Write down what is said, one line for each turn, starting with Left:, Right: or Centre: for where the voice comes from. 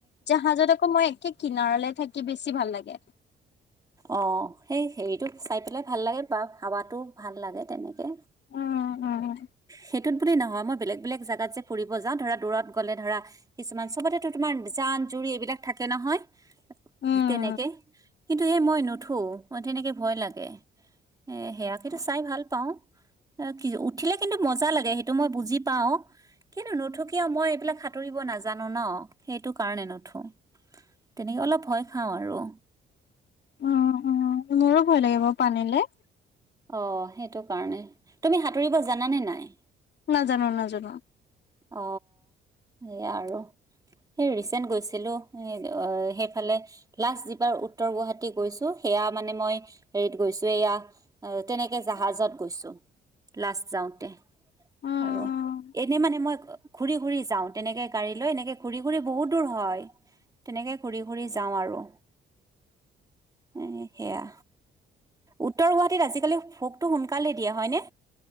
Left: জাহাজত আকৌ মই একে কিনাৰলে থাকি বেছি ভাল লাগে
Right: অ সেই হেৰিটো চাই পেলাই ভাল লাগে বা হাৱাটো ভাল লাগে তেনেকে
Left: উম উম
Right: সেইটো নহয় মই বেলেগ বেলেগ জেগাত যে ফুৰিব যা ধৰা দূৰত গ'লে ধৰা কিছুমান চবতেো তোমাৰ জান জু এইবিলাক থাকে নহয়
Left: উম
Right: তেনেকে কিন্তু সেই মই নুঠো তেনেকে ভয় লাগে এ সেয়া সেইটো চাই ভাল পাওঁ অ কি উঠিলে কিন্তু মজা লাগে সেইটো মই বুজি পাও কিন্তু নথকিয়ও মই এইবিলাক সাঁতুৰিব নাজানো ন সেইটো কাৰণে নুথো তেনেকে অলপ ভয় খাওঁ আৰু
Left: উম উম মোৰো ভয় লাগিব পানীলে
Right: অ সেইটো কাৰণে তুমি সাঁতুৰিব জানে নাই
Left: নাজানো - নাজানো।
Right: অ, সেইয়া আৰু সেই ৰিচেন্ট গৈছিলো সেইফালে লাষ্ট যিবাৰ উত্তৰ গুৱাহটী গৈছো। এয়া মানে মই হেৰিত গৈছো এয়া তেনেকে জাহাজত গৈছো। লাষ্ট যাওতে
Left: উম
Right: আৰু এনে মানে মই ঘূৰি - ঘুৰি যাও তেনেকে গাড়ী লৈ এনেকে ঘূৰি - ঘূৰি বহুত দূৰ হয়। তেনেকে ঘূৰি ঘূৰি যাওঁ আৰু, এ সেয়া। উত্তৰ গুৱাহাটীত আজিকালি ভোগটো সোনকালে দিয়ে হয়নে?